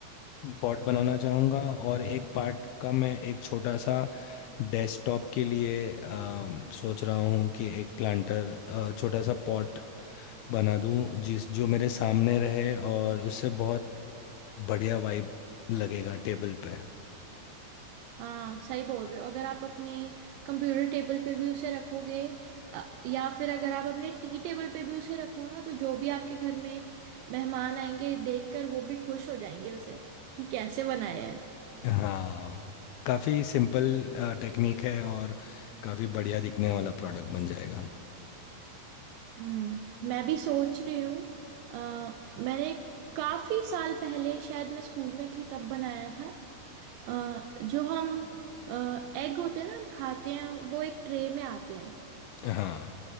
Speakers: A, on the left; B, on the right.
A: पॉट बनाना चाहूँगा और एक पार्ट का मैं एक छोटा सा डेस्कटॉप के लिए अम, सोच रहा हूँ कि एक प्लांटर अ, छोटा सा पॉट बना दूँ जिस जो मेरे सामने रहे और उससे बहुत बढ़िया वाइब लगेगा टेबल पे
B: हाँ सही बोल रहे हो अगर आप अपने कंप्यूटर टेबल पे भी उसे रखोगे अ, या फिर अगर आप अपने टी टेबल पे भी उसे रखो ना तो जो भी आपके घर में मेहमान आएंगे देखकर वो भी खुश हो जाएंगे उसे कि कैसे बनाया है
A: हाँ काफ़ी सिंपल टेक्निक है और काफ़ी बढ़िया दिखने वाला प्रोडक्ट बन जाएगा
B: हम्म मैं भी सोच रही हूँ अ, मैंने काफी साल पहले शायद मैं स्कूल में थी तब बनाया था अ, जो हम एग होते हैं ना हम खाते हैं वो एक ट्रे में आते हैं
A: हाँ